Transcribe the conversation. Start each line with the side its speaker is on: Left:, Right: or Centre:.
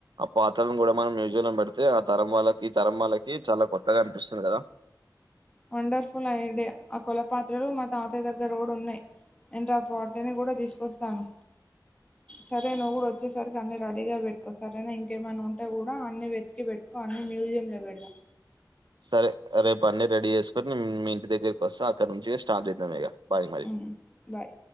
Right: పాత్రను గుడా మనం మ్యూజియంలో పెడ్తే ఆ తరం వాళ్ళకి ఈ తరం వాళ్ళకి చాలా కొత్తగా అనిపిస్తుంది కదా.
Left: వండర్ఫుల్ ఐడియ ఆ కోల పాత్రలు మా తాత తయ్య దగ్గర కుడా ఉన్నాయి నేను రేపు వాటికీ కూడా తీసుకొస్తాను సరే నువ్వు కూడా వచ్చేసరికి అన్ని రెడీగా పెట్టుకో సరేనా ఇంకేమైనా ఉంటే కూడా అన్ని వెతికి పెట్ క్కువ అన్ని మ్యూజియం లో పెడుదాం
Right: సరే రేపు అన్నీ రెడీ చేసుకొని మీ ఇంటి దగ్గరికి వస్త అక్కడ నుంచి స్టార్ట్ చేద్దామీగ బాయ్ మరి
Left: ఉమ్, బాయ్